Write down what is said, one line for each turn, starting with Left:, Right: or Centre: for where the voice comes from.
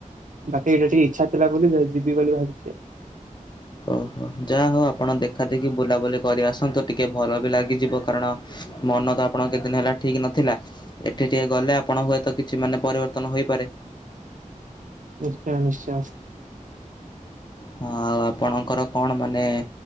Right: ବାକି ଏଇଟା ଟିକେ ଇଚ୍ଛା ଥିଲା ବୋଲି ଯାଇ ଯିବି ବୋଲି ଭାବିଛି ଆ
Left: ଓହୋ ଯାହା ହଉ ଆପଣ ଦେଖା ଦେଖି ବୁଲା ବୁଲି କରି ଆସନ୍ତୁ ଟିକେ ଭଲ ବି ଲାଗିଯିବ କାରଣ ମନ ତ ଆପଣଙ୍କ କେତେ ଦିନ ହେଲା ଠିକ୍ ନଥିଲା, ଏଠି ଟିକେ ଗଲେ ଆପଣ ହୁଏତ କିଛି ମାନେ ପରିବର୍ତ୍ତନ ହେଇପାରେ।
Right: ନିଶ୍ଚୟ ନିଶ୍ଚୟ।
Left: ହଁ ଆଉ ଆପଣଙ୍କର କଣ ମାନେ ଏ